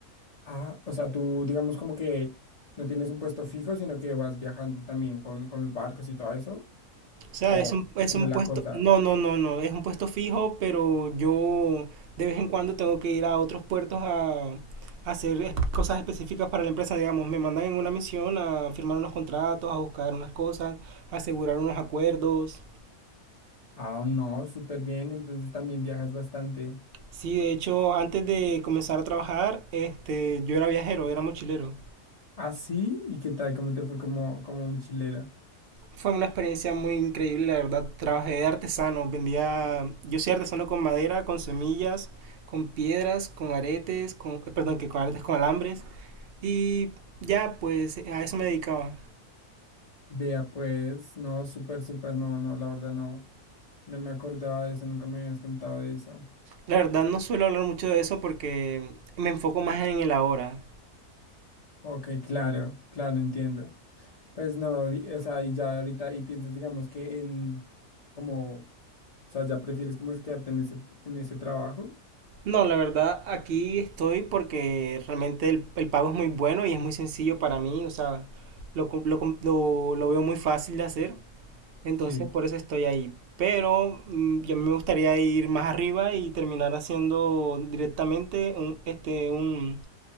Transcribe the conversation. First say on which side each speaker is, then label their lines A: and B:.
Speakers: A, on the left; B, on the right.
A: Ah, o sea, tú digamos como que no tienes un puesto fijo, sino que vas viajando también con, con los barcos y todo eso.
B: O sea,
A: ¿O
B: es un, es
A: cómo
B: un
A: es
B: puesto,
A: la cosa?
B: no, no, no, no, es un puesto fijo, pero yo de vez en cuando tengo que ir a otros puertos a, a hacer es- cosas específicas para la empresa, digamos, me mandan en una misión a firmar unos contratos, a buscar unas cosas, a asegurar unos acuerdos.
A: Ah, no, súper bien. Entonces también viajas bastante.
B: Sí, de hecho, antes de comenzar a trabajar, este, yo era viajero, era mochilero.
A: Ah, sí. ¿Y qué tal? ¿Cómo te fue como, como mochilera?
B: Fue una experiencia muy increíble, la verdad. Trabajé de artesano, vendía, yo soy artesano con madera, con semillas, con piedras, con aretes, con, eh, perdón, que con aretes, con alambres. Y ya, pues a eso me dedicaba.
A: Vea, pues, no, súper, súper, no, no, la verdad no. No me acordaba de eso, nunca me habías contado de eso.
B: La verdad no suelo hablar mucho de eso porque me enfoco más en el ahora.
A: Ok, claro, claro, entiendo. Pues no, di- o sea, y ya ahorita, y piensas, digamos, que en, como, o sea, ya prefieres como es quedarte en ese, en ese trabajo,
B: No, la verdad aquí estoy porque realmente el, el pago es muy bueno y es muy sencillo para mí, o sea, lo, co- lo com- lo- lo veo muy fácil de hacer. Entonces
A: sí.
B: por eso estoy ahí. Pero mm, yo me gustaría ir más arriba y terminar haciendo directamente un, este, un,